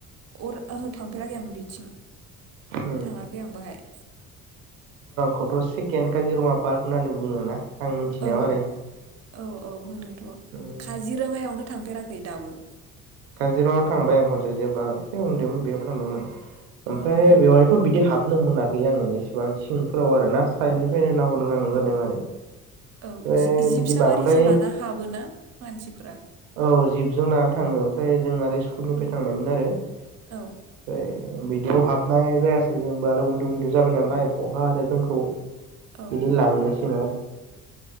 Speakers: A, on the right; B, on the right.
A: अर ओहो थांफेराखै आं बिथिं।
B: उम
A: थाङाखै आं बाहाय।
B: खौथ सेकेण्ड काजिरङा पार्क होननानै बुङो ना आं मिथिनायाव
A: औ
B: आरो।
A: औ औ होनो।
B: उम
A: काजिरङायावनो थांफेराखै दाबो।
B: काजिरङायाव थांबाय आं खनसे जेब्ला एसे उन्दैमोन बेयाव थांदोंमोन ओमफ्राय
A: अ
B: बेवहायथ बिदि हाबनो मोनाखै आङो एसेबां सिंफोराव आरो ना। साइडनिफ्रायनो नाहरनो गोनां जादों
A: औ
B: आरो
A: औ
B: ओमफ्राय
A: जिब
B: बिदि
A: साबारिजों
B: बांद्राय
A: लाना हाबोना मानसिफोरा?
B: औ जिबजों लाना थाङो ओमफ्राय जों आरो स्कुलनिफ्राय
A: उम
B: थांनायमोन आरो ओमफ्राय
A: औ
B: बिदियाव हाबनाय जायासै जोंबो आरो उन्दै उन्दै जाबाय नालाय बहा आरो जोंखौ
A: औ
B: बिदि लांनो सिङाव।